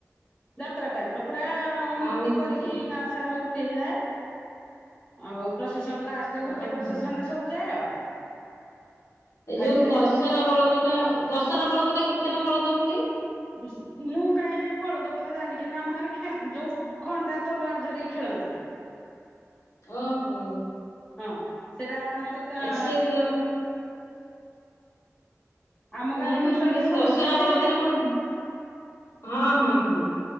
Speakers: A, on the left; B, on the left.
A: ଯାତ୍ରା ଟାଇପ୍ ର ପୁରା ମୂର୍ତ୍ତି
B: ଆଉ ହଉଛି
A: କରିକି ଗାଁ ସାରା ମୂର୍ତ୍ତି ହେଇଥାଏ। ଆଉ ପ୍ରସେସନ ଲାଷ୍ଟରେ ଗୋଟେ
B: ଓହୋ।
A: ପ୍ରସେସନରେ ସବୁ ଯାଏ ଆଉ।
B: ଏ ଯୋଉ
A: ଆଜିକାଲି
B: ଦଶହରା ବଳଦ ଟା ଦଶହରା ବଳଦ ଟା କେତେଟା ବଳଦ ବୁଲେ?
A: ଉଁ ମୁଁ କାଇହେଁ ବଳଦ କଥା ଜାଣିନି କିନ୍ତୁ ଆମ ଗାଁରେ ଖେନ୍ ଯୋଉ ଖଣ୍ଡା ତଲୁଆର ଧରିକି ଖେଳନ୍ତି।
B: ଓହୋ।
A: ହଁ। ସେଇଟା ଆମର
B: ଆଛା
A: ତି
B: ତ
A: ଆମ ଗାଁରେ
B: ନାଇଁ
A: ଟୋଟାଲ
B: ମୁଁ ଶୁଣିଛି
A: ସମସ୍ତେ
B: ଦଶହରା
A: କ୍ଷତ୍ରୀୟ
B: ବଳଦରେ କଣ ହଁ ହଁ ହଁ।